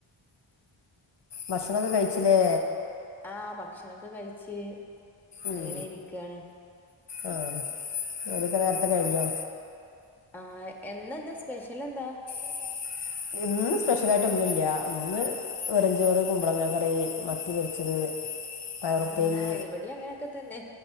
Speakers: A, on the left; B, in the centre.
A: ഭക്ഷണക്കെ കഴിച്ചില്ലേ
B: ആ ഭക്ഷണൊക്കെ കഴിച്ച്
A: ഉം
B: അങ്ങനെ ഇരിക്കാണ്
A: ആഹ് പണ്യോക്കേ നേരത്തെ കഴിഞ്ഞോ
B: ആ എന്നെന്താ സ്പെഷ്യൽ എന്താ
A: എന്ത ഇന്ന് സ്പെഷ്യലായിട്ട് ഒന്നുല്ല ഇന്ന് വെറ്ഞ്ചോറ് കുമ്പളങ്ങാ കറി മത്തി പൊരിച്ചത് പയറുപ്പേരി
B: ആ ഇവിടെ അങ്ങനെയൊക്കെ തന്നെ